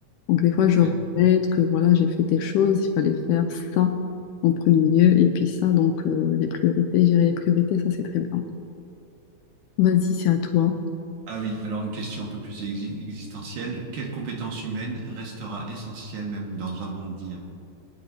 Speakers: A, on the left; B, on the right.
A: Donc des fois, je
B: <laughs>
A: regrette que voilà, j'ai fait telle chose, il fallait faire ça en premier lieu et puis ça, donc euh, les priorités, gérer les priorités, ça c'est très bien. Vas-y, c'est à toi.
B: Ah oui, alors une question un peu plus exi- existentielle. Quelle compétence humaine restera essentielle même dans un monde d'IA?